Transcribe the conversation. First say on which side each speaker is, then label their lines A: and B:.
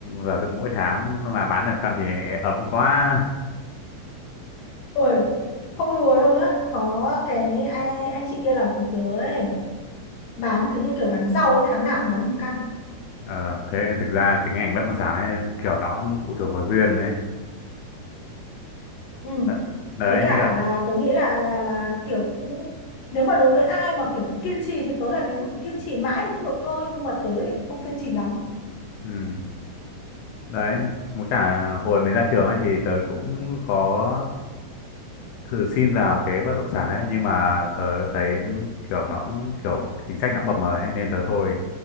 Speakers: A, on the left; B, on the left.
A: giả dụ mỗi tháng mà bán được căn thì ấm quá
B: ôi không đùa đâu nhá có cái ai, anh chị kia làm cùng tớ ấy bán cứ như kiểu bán rau ấy, tháng nào cũng bán một căn
A: ờ thế thực ra cái ngành bất động sản ấy kiểu nó cũng phụ thuộc vào duyên đấy
B: Ừ.
A: Đ- đấy
B: Với cả
A: như cả
B: là tớ nghĩ là là là kiểu cũng- nếu mà đối với ai mà kiểu cứ kiên trì thì tớ là nếu mà cứ kiên trì mãi thì cũng được thôi nhưng mà tớ thì không kiên trì lắm
A: ừ, đấy với cả hồi mới ra trường ấy thì tớ cũng có thử xin vào cái bất động sản ấy nhưng mà tớ thấy kiểu nó kiểu chính sách nó mập mờ ấy nên tớ thôi